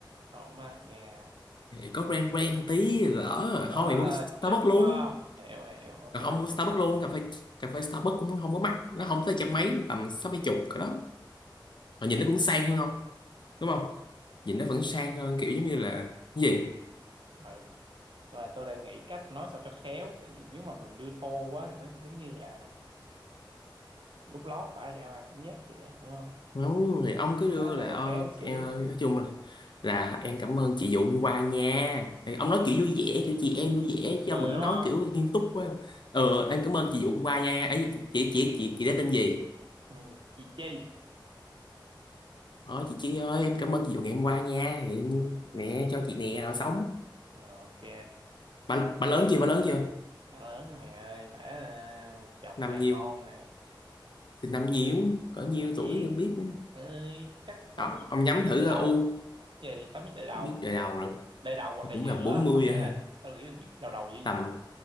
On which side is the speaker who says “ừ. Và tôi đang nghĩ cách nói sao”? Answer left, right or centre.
Right